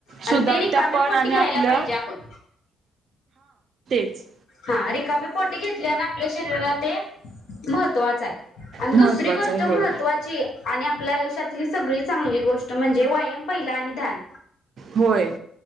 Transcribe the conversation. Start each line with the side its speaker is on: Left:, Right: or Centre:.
Left: आणि
Right: सुधारत्या
Left: ते रिकाम्या
Right: पण
Left: पोटी
Right: आणि
Left: घ्यायला
Right: आपलं
Left: पाहिजे आपण.
Right: च
Left: हा रिकामीे पोटी घेतली आणि आपल्या शरीराला ते महत्त्वाचं आहे. आणि
Right: महत्त्वाचं
Left: दुसरी गोष्ट
Right: आहे होय
Left: महत्त्वाची आणि आपल्या आयुष्यातली सगळी चांगली गोष्ट म्हणजे व्यायम पहिला आणि ध्यान.
Right: होय